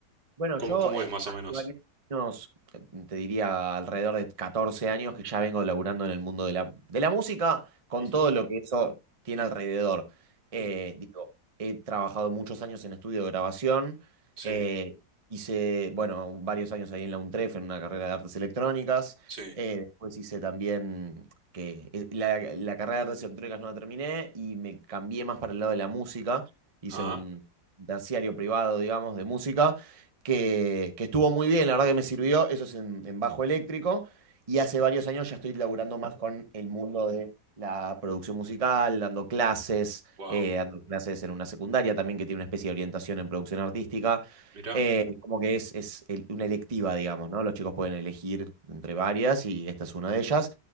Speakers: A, on the right; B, on the right.
A: Bueno,
B: ¿Cómo,
A: yo
B: cómo
A: eh,
B: es más
A: hace
B: o menos?
A: varios años, eh, te diría alrededor de 14 años que ya vengo laburando en el mundo de la, de la música, con
B: Ujú,
A: todo lo que eso tiene alrededor. Eh,
B: mm,
A: digo, he trabajado muchos años en estudio de grabación,
B: Sí,
A: eh, hice, bueno, varios años ahí en la UNTREF, en una carrera de artes electrónicas,
B: sí.
A: eh, después hice también, que eh, la, la carrera de artes electrónicas no la terminé y me cambié más para el lado de la música, hice
B: Ah,
A: un terciario privado, digamos, de música que, que estuvo muy bien, la verdad que me sirvió, eso es en, en bajo eléctrico, y hace varios años ya estoy laburando más con el mundo de la producción musical, dando clases,
B: wow,
A: eh, dando clases en una secundaria también que tiene una especie de orientación en producción artística,
B: mirá,
A: eh, como que es, es el- una electiva, digamos, ¿no? Los chicos pueden elegir entre varias y esta es una de ellas,